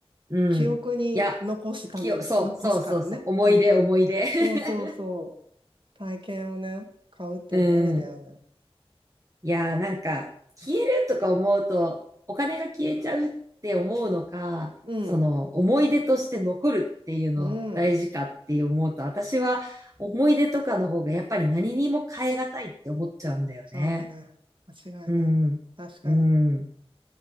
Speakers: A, on the right; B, on the right.
A: うん。
B: 記憶に残すために、
A: いや、きよ、そう、
B: 残すからね。
A: そうそうそう。思い出、
B: うんうん。
A: 思い出。<laughs>
B: そうそうそう。体験をね、買うっていうのありだよね。
A: うん。いやー、なんか、消えるとか思うと、お金が消えちゃうって思うのか、
B: うん。
A: その、思い出として残るっていうの大事かって思うと、
B: うん。
A: 私は思い出とかの方がやっぱり何にも変えがたいって思っちゃうんだよね。
B: そうだな。間違いない。
A: うん。
B: 確かに。
A: うん。